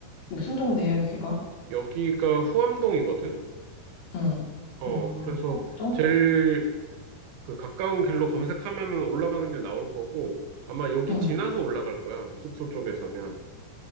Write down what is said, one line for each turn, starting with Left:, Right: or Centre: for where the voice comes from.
Left: 무슨 동네야, 여기가?
Right: 여기가 후암동이거든?
Left: 응.
Right: 어,
Left: 음,
Right: 그래서
Left: 동?
Right: 제일 그 가까운 길로 검색하면은 올라가는 길 나올 거고, 아마 여기
Left: 응.
Right: 지나서 올라갈 거야. 숙소 쪽에서면.